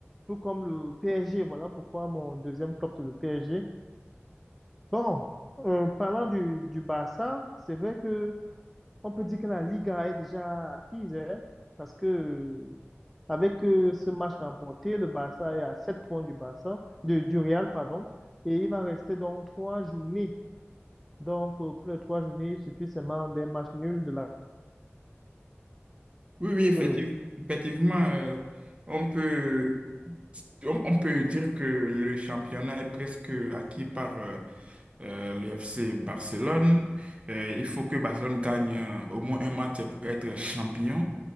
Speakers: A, in the centre; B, on the right (about 25°).
A: tout comme le PSG. Voilà pourquoi mon deuxième club, c'est le PSG. Bon, en parlant du, du Barça, c'est vrai que on peut dire que la Liga est déjà acquise hein, parce que euh, avec euh, ce match remporté, le Barça est à 7 points du Barça, de, du Real, pardon, et il va rester donc trois journées Donc, euh, pour les trois journées, il suffit seulement des matchs nuls de la...
B: Oui, oui,
A: parce
B: effective-
A: que le-
B: effectivement, euh, on peut, on, on peut dire que le championnat est presque acquis par euh, euh, le FC Barcelone. Euh, il faut que Barcelone gagne euh, au moins un match pour être champion.